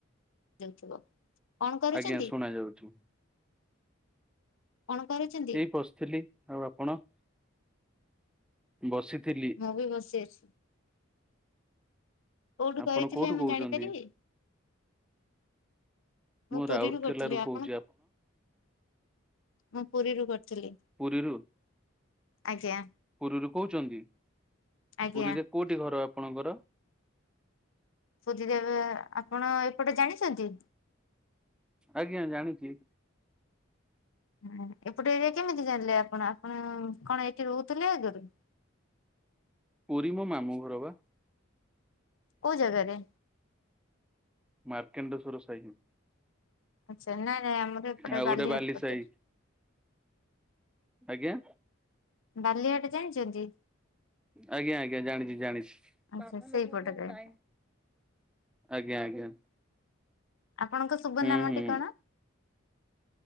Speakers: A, on the left; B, in the centre.
A: ଯାଉଥିବ। କଣ କରୁଛନ୍ତି
B: ଆଜ୍ଞା ଶୁଣା ଯାଉଛି।
A: କଣ କରୁଛନ୍ତି।
B: ଏଇ ବଶିଥିଲି। ଆଉ ଆପଣ? ବସିଥିଲି।
A: ମୁଁ ବି ବସି ଅଛି। କୋଉଠୁ
B: ଆପଣ
A: କରିଥିଲେ
B: କୋଉଠୁ
A: ମୁଁ
B: କହୁଛନ୍ତି?
A: ଜାଣିପାରିବି। ମୁଁ ପୁରୀରୁ
B: ରାଉରକେଲା
A: କରିଥିଲି।
B: ରୁ
A: ଆପଣ?
B: କହୁଛି
A: ମୁଁ ପୁରୀରୁ କରିଥିଲି।
B: ପୁରୀରୁ
A: ଆଜ୍ଞା
B: ପୁରୀରୁ କହୁଛନ୍ତି
A: ଆଜ୍ଞା
B: ପୁରୀରେ କୋଉଠି ଘର ଆପଣଙ୍କର?
A: ସୁଧି ଦେବ ଆପଣ ଏପଟେ ଜାଣିଛନ୍ତି?
B: ଆଜ୍ଞା ଜାଣିଛି।
A: ହୁଁ ଏପଟେ ଏଆ କେମିତି ଜାଣିଲେ ଆପଣ ଆପଣ କଣ ଏଠି ରହୁଥିଲେ ଆଗରୁ।
B: ପୁରୀ ମୋ ମାମୁଁ ଘର ବା।
A: କଉ ଜାଗା ରେ।
B: ମାର୍କେଣ୍ଡ ସର ସହି।
A: ଆଚ୍ଛା ନାଇଁ ନାଇଁ ଆମର ଏପଟେ
B: ଆଉ
A: ବାଲିହାଡ
B: ଗୋଟେ ବାଲି
A: ପଟେ।
B: ସାହି ଆଜ୍ଞା।
A: ବାଲିଆଟେ ଜାଣିଛନ୍ତି?
B: ଆଜ୍ଞା ଆଜ୍ଞା ଜାଣିଚି ଜାଣିଚି।
A: ଆଚ୍ଛା ସେଇପଟରେ
B: ଆଜ୍ଞା ଆଜ୍ଞା।
A: ଆପଣଙ୍କ ଶୁଭ
B: ହୁଁ
A: ନାମ
B: ହୁଁ
A: ଟି କଣ?